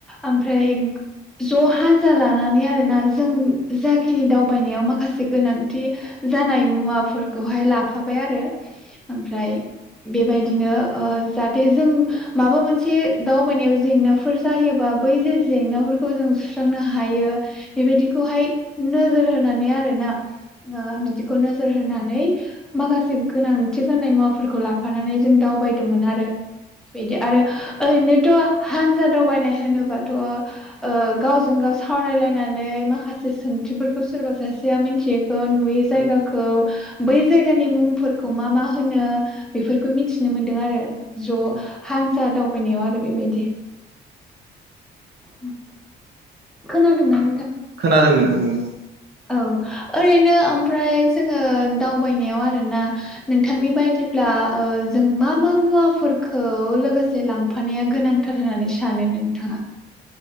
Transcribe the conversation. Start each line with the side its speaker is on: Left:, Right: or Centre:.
Centre: ओमफ्राय ज' हान्जा लानानै आरोना जों जाखिनि दावबायनायाव मा माखासे गोनांथि जानाय मुवाफोरखौहाय लाफाबाय आरो। ओमफ्राय बेबाय बिदिनो ओ जाहाथे जों माबा मोनसे दावबायनायाव जेंनाफोर जायोबा बै जे जेंनाफोरखौ जों सुस्रांनो हायो। बेबायदिखौहाय नोजोर होनानै आरोना ओ बिदिखौ नोजोर होनानै माखासे गोनांथि जानाय मुवाफोरखौ लाफानानै जों दावबायदोंमोन आरो बिदि
Right: औ
Centre: आरो ओरैनोथ' हानजा दावबायनाय होनोबाथ' ओ गावजों गाव सावरायलायनानै माखासे सोंथिफोरखौ सोरबा सासेया मिन्थि खो नुयै
Right: औ
Centre: जायगाखौ
Right: औ
Centre: बै बे जायगानि मुंफोरखौ मा मा होनो बेफोरखौ मिथिनो मोन्दों आरो ज'
Right: औ
Centre: हानजा दावबायनायाव आरो बेबायदि उम खोनादों ना?
Right: खोनादों नोंदों बुं <unintelligible>
Centre: औ ओरैनो ओमफ्राय जोङो दावबायनायाव आरोना नोंथांनि
Right: औ
Centre: बायदिब्ला ओ जों मा मा मुवाफोरखौ लोगोसे लांफानाया गोनांथार होननानै सानो नोंथाङा?